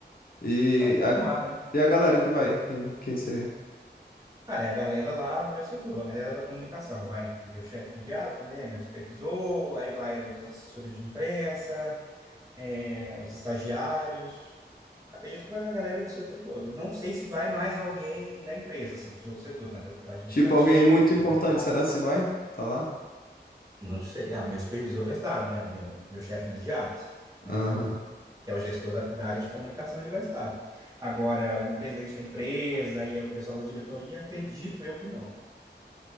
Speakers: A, on the left; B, on the right.
A: E
B: Para informar,
A: a,
B: né?
A: e a galera que vai? Quem, quem seria?
B: Cara, é a galera lá do meu setor, a galera da comunicação, vai meu chefe imediato, né? Meu supervisor, aí vai as outras assessoras de imprensa, é, os estagiários. Acredito que vai a galera do setor todo. Não sei se vai mais alguém da empresa, assim, dos outros setores, né? Do do administrativo
A: Tipo, alguém muito importante,
B: Ah,
A: será se vai? Tá lá?
B: não sei. Ah, meu supervisor vai estar, né? O meu, meu chefe imediato,
A: Aham,
B: né? Que é o, que é o gestor da, da área de comunicação, ele vai estar. Agora, o presidente da empresa e o pessoal da diretoria, acredito eu que não.